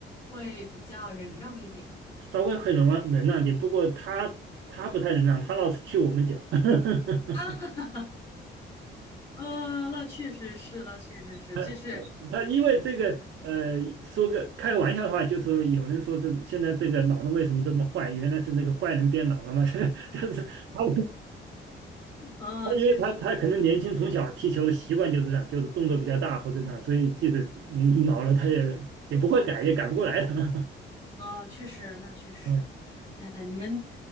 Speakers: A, on the left (about 30°); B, on the right (about 70°).
A: 会比较忍让一点？
B: 稍微会忍让忍让点，不过他他不太忍让，他老是踢我们脚。<laughs>
A: <laughs> 啊，嗯、那确实是，那确实是，
B: 他
A: 就是，
B: 他因为这个呃，说个开玩笑的话，就说有人说这现在这个老人为什么这么坏？原来是那个坏人变老了嘛，<laughs> 就是他
A: 嗯、
B: 他因为他他可能年轻从小踢球的习惯就是这样，
A: 确实，
B: 就是动作比较大或者怎么样，所以即使嗯老了他也也不会改，也改不过来的。<laughs>
A: 嗯、确实，那确实，
B: 嗯，
A: 嗯、你们，